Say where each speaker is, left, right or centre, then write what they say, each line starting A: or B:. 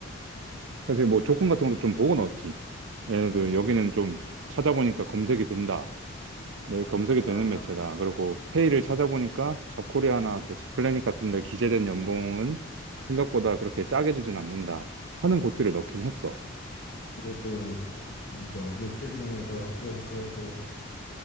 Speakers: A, on the left (about 60°); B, on the right (about 65°).
A: 어.
B: 사실 뭐 조건 같은 것도 좀 보고 넣었지. 얘네도
A: 아,
B: 여기는 좀 찾아보니까 검색이 된다.
A: 아,
B: 네, 검색이 되는
A: 아,
B: 매체다. 그리고 페이를 찾아보니까 잡코리아나
A: 아, 아,
B: 그
A: 아.
B: 잡플래닛 같은 데 기재된 연봉은 생각보다 그렇게 짜게 주진 않는다. 하는 곳들을 넣긴 했어.
A: 그래도, 그러니까 매체 중에서 좀 그래도